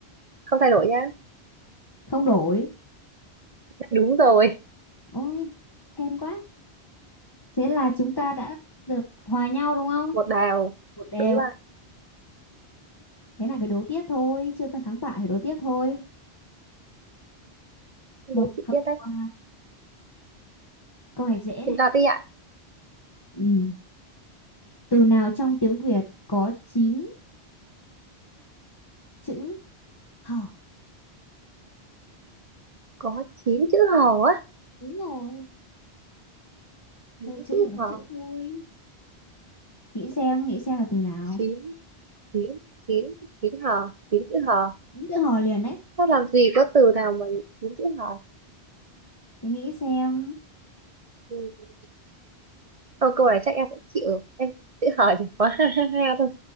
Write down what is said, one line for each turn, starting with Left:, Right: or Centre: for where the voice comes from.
Right: không thay đổi nhá
Left: không đổi
Right: đúng rồi
Left: ôi hên quá thế là chúng ta đã được hòa nhau đúng không
Right: một đào
Left: một đều
Right: đúng rồi
Left: thế là phải đố tiếp thôi chưa phân thắng bại phải đố tiếp thôi
Right: đố
Left: một
Right: chị
Left: câu
Right: tiếp đấy
Left: à, câu này dễ này
Right: chúng ta đi ạ
Left: ừ. từ nào trong tiếng Việt có 9 chữ hò
Right: có chín chữ hò á
Left: đúng rồi
Right: chín
Left: chơi chữ
Right: chữ
Left: thì đố
Right: hò
Left: chữ thôi nghĩ xem nghĩ xem là từ nào
Right: chín chín chín chín hò chín chữ hò
Left: nghĩ chữ hò liền đấy
Right: sao làm gì có từ nào mà chín chữ hò
Left: thì nghĩ xem
Right: ừ. câu câu này chắc em phải chịu em chữ hò chỉ có <laughs> ha ha ha thôi